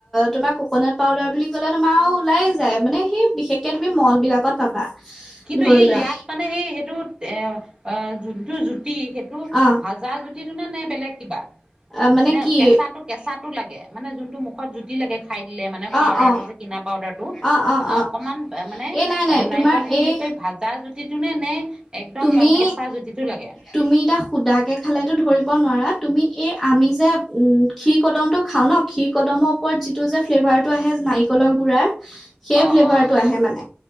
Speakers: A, in the centre; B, on the right.
A: তোমাক ক'কোনাট পাউদাৰ বুলি ক'লে ওলাই যায় মানে সেই বিশেষ কে তুমি ম'ল বিলাকত পাবা।
B: কিন্তু
A: ধৰি
B: এই
A: লোৱা
B: ইয়াত মানে সেই সেইটো এ যোনটো জুতি সেইটো
A: অ
B: ভাজা জুতিটো নে বেলেগ কিবা
A: অ, মানে
B: নে,
A: কি
B: কেঁচাটো কেঁচা লাগে, মানে যোনটো মুখত জুতি লাগে খাই দিলে মানে পাউদাৰটো
A: অ অ
B: যে কিনা পাউদাৰ টো?
A: অ অ অ
B: অকমান মানে
A: এই নাই নাই
B: এ
A: তোমাৰ
B: নাৰিকল
A: এই
B: সেই ভাজা জুতিটো নে, নে একদম
A: তুমি
B: কেঁচা জুতিটো লাগে?
A: তুমি এতিয়া সুদাকৈ খালেতো ধৰিব নোৱাৰা, তুমি এই আমি যে- ক্ষীৰ কদমটো খাওঁ ন, ক্ষীৰ কদমৰ ওপৰত যিটো যে ফ্লেভাৰটো আহে নাৰিকলৰ গুড়া- সেই
B: অ
A: ফ্লেভাৰটো
B: অ
A: আহে মানে